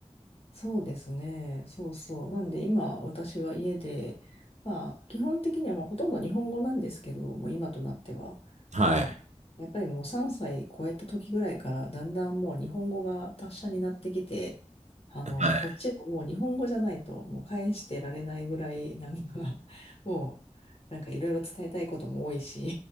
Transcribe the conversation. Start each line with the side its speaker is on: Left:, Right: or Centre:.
Left: そうですね。そうそう。なんで今私は家で、まあ基本的にはまあほとんど日本語なんですけど、もう今となっては、
Right: はい、
Left: まあやっぱりもう3歳超えた時ぐらいからだんだんもう日本語が達者になってきて、あの、
Right: はい、
Left: こっちももう日本語じゃないともう返してられないぐらいなんか <laughs> もうなんかいろいろ伝えたいことも多いし、